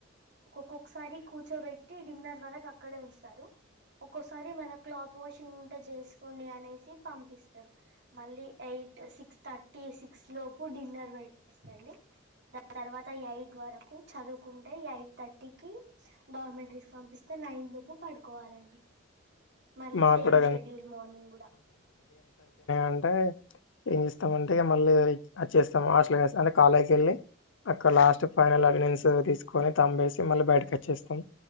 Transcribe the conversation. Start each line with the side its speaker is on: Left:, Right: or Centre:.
Right: ఒక్కొక్కసారి కూర్చోబెట్టి డిన్నర్ వరకు అక్కడే ఉంచుతారు ఒక్కొసారి మన క్లాత్ వాషింగ్ ఉంటే చేసుకోండి అనేసి పంపిస్త సార్ మళ్ళీ ఎయిట్ సిక్స్ థర్టీ సిక్స్ లోపు డిన్నర్ పెట్టేస్తండి దాని తర్వాత ఎయిట్ వరకు చదువుకుంటే ఎయిట్ థర్టీకి డార్మెంటరీస్ పంపిస్తే నైన్ లోపు పడుకోవాలండి మళ్ళీ
Left: మాకు
Right: సేమ్
Left: కూడా
Right: షెడ్యూల్ మార్నింగ్ కూడా
Left: అంటే ఏం చేస్తాంంటే మళ్ళ వచ్చేస్తాం హాస్టల్ అంటే కాలేజ వెళ్ళి అక్కడ లాస్ట్ ఫైనల్ అటెన్స్ తీసుకొని తేసి మళ్ళీ బయటకి వచ్చేస్తాం